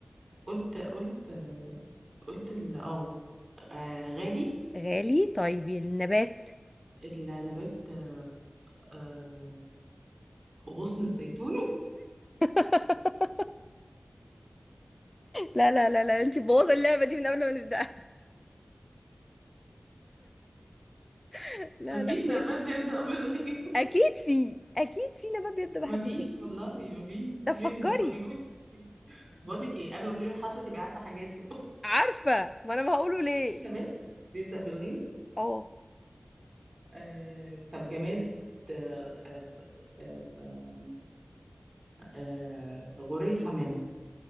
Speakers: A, on the right; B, on the left.
A: قلت قلت قلت ال- اه آه، غالي
B: غالي طيب النبات
A: النبات آه، غصن الزيتون
B: <laughs> لا لا لا لا انت بوظ اللعبه دي من قبل ما نبداها <laughs>
A: <laughs>
B: لا
A: مفيش
B: لا مش
A: نبات
B: هينفع
A: بيبدأ بالغين
B: اكيد في اكيد في نبات
A: <laughs>
B: بيبدا بحرف
A: مفيش
B: الغين
A: والله مفيش
B: طب
A: فين
B: فكري
A: ده قوليهولي بقول لك ايه قبل ما تقولي الحرف تبقي عارفه حاجاته
B: عارفه ما انا ما هقوله
A: <laughs>
B: ليه
A: في نبات بيبدأ بالغين
B: اه
A: آه، طب جماد آه، آه، آه، غورية حمام